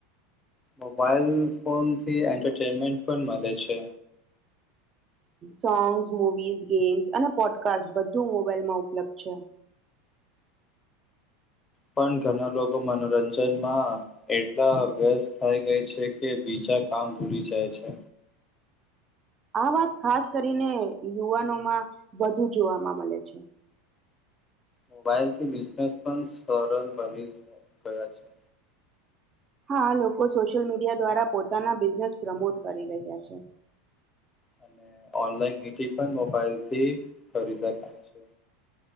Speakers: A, on the left; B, on the right.
A: મોબાઈલ ફોન થી એન્ટરટેનમેન્ટ પણ મળે છે.
B: સોંગ્સ મૂવીિઝ ગેમ્સ અને પોડકાસ્ટ બધું મોબાાઈલમાં ઉપલબ્ધ છે
A: પણ ઘણા લોકો મનોરંજનમાં એટલા વ્યસ્ત થાય ગઈ છે કે બીજા કામ ભૂલી જાય છે
B: આ વાત ખાસ કરીને યુવાનોમાં વધુ જોવાવામાં મળે છે
A: મોબાઈલથી બિઝનેસ પણ સરળ બની ગયા છે
B: હા લોકો સોશિયલ મીડિયા દ્વારા પોતાના બિઝનેસ પ્રમોટ કરી રહ્યા છે
A: અને ઓનલાઈન મિટિંગ પણ મોબાઈલથી કરી શકાય છે